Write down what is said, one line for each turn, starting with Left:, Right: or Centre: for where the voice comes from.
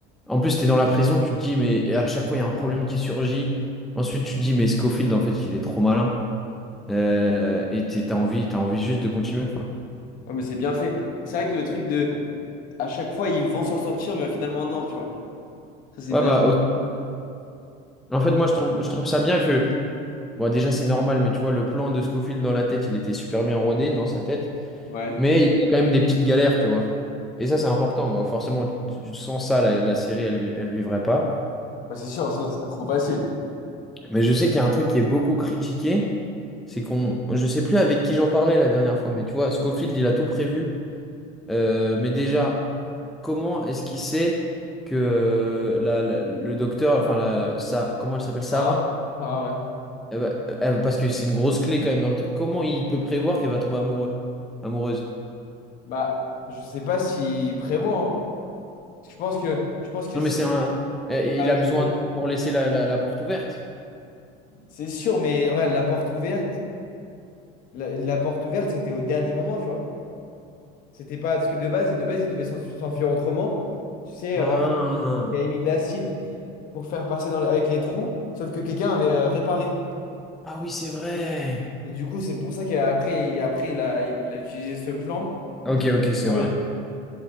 Centre: En plus, t'es dans la prison, tu te dis, mais et à chaque fois, il y a un problème qui surgit. Ensuite, tu te dis, mais Scofield, en fait, il est trop malin. Euh, et t'es- t'as envie, t'as envie juste de continuer, quoi.
Left: Ouais, mais c'est bien fait. C'est vrai que le truc de, à chaque fois, ils vont s'en sortir, mais finalement, non, tu vois. Ça, c'est
Centre: Ouais,
Left: une dingue.
Centre: bah, au- en fait, moi, je trouve, je trouve ça bien que. Bon, déjà, c'est normal, mais tu vois, le plan de Scofield dans la tête, il était super bien rodé dans sa tête.
Left: Ouais.
Centre: Mais il y a quand même des petites galères, tu vois. Et ça, c'est important. Bah, forcément, tu- tu- sans ça, la, la série, elle, vi- elle vivrait pas.
Left: Bah, c'est sûr, sinon, ce serait trop facile.
Centre: Mais je sais qu'il y a un truc qui est beaucoup critiqué, c'est qu'on, je sais plus avec qui j'en parlais la dernière fois, mais tu vois, Scofield, il a tout prévu. Euh, mais déjà, comment est-ce qu'il sait que euh, la- la- le docteur, enfin, la, ça, comment elle s'appelle, Sarah?
Left: Ça va, ça va, ouais.
Centre: Eh ben, euh, parce que c'est une grosse clé quand même dans le truc. Comment il peut prévoir qu'elle va tomber amoureux, amoureuse?
Left: Bah, je sais pas s'ils prévoit hein. Parce que je pense que, je pense que
Centre: Non,
Left: c'est
Centre: mais c'est un, eh,
Left: à
Centre: il a
Left: jouer.
Centre: besoin d'elle pour laisser la, la- la porte ouverte.
Left: C'est sûr, mais regarde, la porte ouverte, la, la porte ouverte, c'était au dernier moment, tu vois. C'était pas. Parce que de base, de base, ils devaient s'en- s'enfuir autrement. Tu sais,
Centre: Ah,
Left: euh, il avait mis de l'acide pour faire passer dans les- avec les trous, sauf que quelqu'un avait euh, réparé.
Centre: ah oui, c'est vrai.
Left: Et du coup, c'est pour ça qu'après, après, il a, il a utilisé ce plan.
Centre: Ok, ok, c'est
Left: Ah
Centre: vrai.
Left: oui.